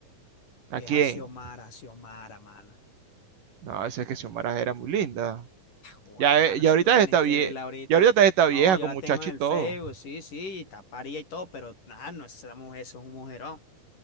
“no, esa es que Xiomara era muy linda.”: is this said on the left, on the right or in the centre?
Right